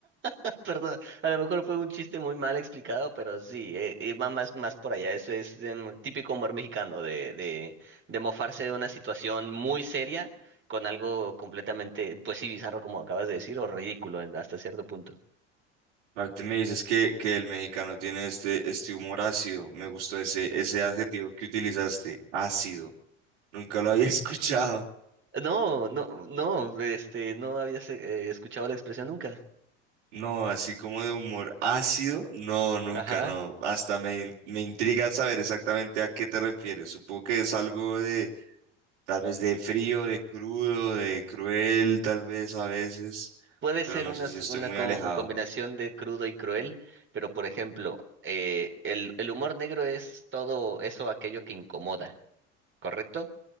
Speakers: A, on the right; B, on the right.
A: <laughs> Perdón, a lo mejor fue un chiste muy mal explicado, pero sí, eh, eh, va más, más por allá. Eso es em, típico humor mexicano de, de, de mofarse de una situación muy seria con algo completamente, pues sí, bizarro como acabas de decir, o ridículo en- hasta cierto punto.
B: Aparte me dices que, que el mexicano tiene este, este humor ácido. Me gustó ese, ese adjetivo que utilizaste, ácido. Nunca lo había <laughs> escuchado.
A: No, no, no, este, no habías eh, escuchado la expresión nunca.
B: No, así como de humor ácido, no, nunca,
A: Ajá.
B: no. Hasta me, me intriga saber exactamente a qué te refieres. Supongo que es algo de, tal vez de frío, de crudo, de cruel, tal vez a veces,
A: Puede
B: pero
A: ser
B: no
A: una,
B: sé
A: s-
B: si estoy
A: una
B: muy
A: co-
B: alejado.
A: combinación de crudo y cruel, pero por ejemplo, eh, el, el humor negro es todo eso, aquello que incomoda, ¿correcto?